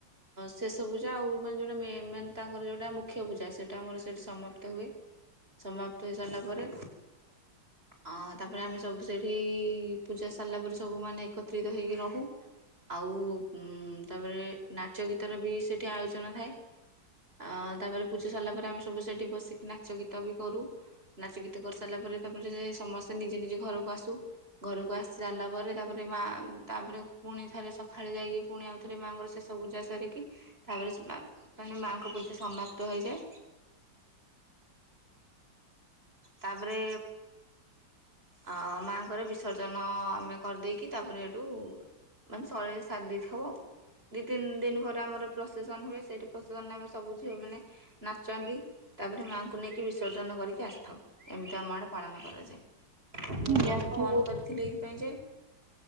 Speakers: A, on the right; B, on the right.
A: ଶେଷ ପୂଜା ଆଉ ମାନେ ଯେଉଟା ମେଁ ତାଙ୍କର ଯୋଉଟା ମୁଖ୍ୟ ପୂଜା ସେଟା ଆମର ସେଇଠି ସମାପ୍ତ ହୁଏ। ସମାପ୍ତ ହେଇସାରିଲା ପରେ ଅଁ ତାପରେ ଆମେ ସବୁ ସେଠି ପୂଜା ସାରିଲା ପରେ ସବୁ ମାନେ ଏକତ୍ରିତ ହେଇକି ରହୁ ଆଉ ଉଁ ତାପରେ ନାଚ ଗୀତର ବି ସେଠି ଆୟୋଜନ ଥାଏ। ଅ ତାପରେ ପୂଜା ସରିଲା ପରେ ଆମେ ସବୁ ସେଠି ବସିକି ନାଚ ଗୀତ ବି କରୁ ନାଚ ଗୀ ତ କରିସାଇଲା ପରେ ତାପରେ ସମସ୍ତେ ନିଜ ନିଜ ଘରୁକୁ ଆସୁ। ଘରୁକୁ ଆସି ସାରିଲା ପରେ ତାପରେ ମା ତାପରେ ପୁଣି ଥରେ ସଖାଳୁ ଯାଇକି ପୁଣି ଆଉଥରେ ମାଙ୍କର ଶେଷ ପୂଜା ସାରିକି ତାପରେ ସ୍ ମା ମାନେ ମାଙ୍କ ପୂଜା ସମାପ୍ତ ହୋଇଯାଏ। ତାପରେ ଅ ମାଙ୍କର ବିସର୍ଜନ ଆମେ କରିଦେଇକି ତାପରେ ହେଟୁ ମାନେ ସଅଳରେ ସାରି ଦେଇଥାଉ ଆଉ। ଦି ତିନି ଦିନି ପରେ ଆମର ପ୍ରସେସନ ହୁଏ। ସେଇଠି ପ୍ରସେସନରେ ଆମେ ସବୁ ଝିଅମାନେ ନାଚନ୍ତି। ତାପରେ ମାଆଙ୍କୁ ନେଇକି ବିସର୍ଜନ କରିକି ଆସିଥାଉ। ଏମିତି ଆମ ଆଡ଼େ ପାଳନ କରାଯାଏ। ମୁଁ
B: ଯାହା
A: ତତେ
B: ହଉ
A: ଫୋନ୍
B: ବହୁତ
A: କରିଥିଲି ଏଇଥିପାଇଁ ଯେ